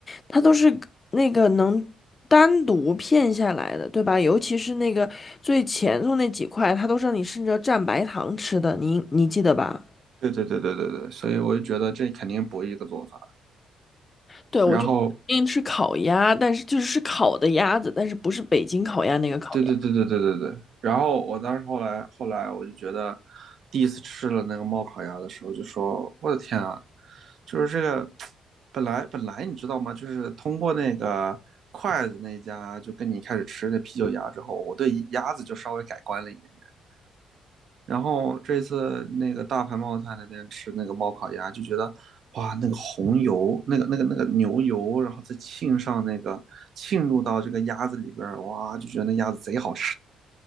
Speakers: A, on the left; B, on the right.
A: 它都是那个能单独片下来的，对吧？尤其是那个最前头那几块，它都是让你顺着蘸白糖吃的，你你记得吧？
B: 对对对对对对，所以我就觉得这肯定不是一个做法。
A: 对，我就因吃烤鸭，
B: 然后
A: 但是就是是烤的鸭子，但是不是北京烤鸭那个烤鸭。
B: 对对对对对对对。然后我当时后来后来我就觉得，第一次吃了那个冒烤鸭的时候，就说我的天啊，就是这个 <tsk> 本来本来你知道吗？就是通过那个筷子那家，就跟你开始吃那啤酒鸭之后，我对鸭子就稍微改观了一点点。然后这次那个大盘冒菜那边吃那个冒烤鸭，就觉得哇，那个红油，那个那个那个牛油，然后再浸上那个浸入到这个鸭子里边儿，哇，就觉得那鸭子贼好吃。